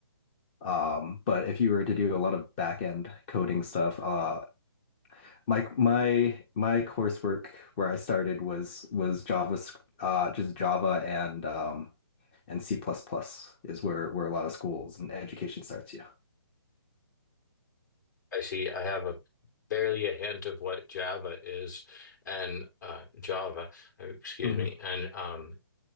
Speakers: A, on the left; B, on the left.
A: Um, but if you were to do a lot of back end coding stuff, uh my my my coursework where I started was was Java, uh, just Java and um, and C++ plus plus is where where a lot of schools and education starts. Yeah.
B: I see I have a barely a hint of what Java is and uh, Java, uh, excuse
A: hmm
B: me, and um,